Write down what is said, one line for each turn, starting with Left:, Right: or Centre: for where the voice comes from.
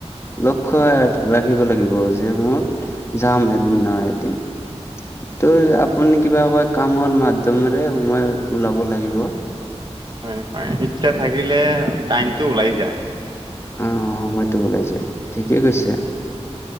Left: লক্ষ্য ৰাখিব লাগিব যে মোৰ, যাম এদিন নহয়, এদিন। ত' আপুনি কিবা কয়, কামৰ মাধ্যমেৰে সময় ওলাব লাগিব।
Right: হয়- হয় ইচ্ছা থাকিলে। টাইমটো ওলাই যায়।
Left: অ, অ, ' সময়তটো ওলাই যায়, ঠিকেই কৈছে।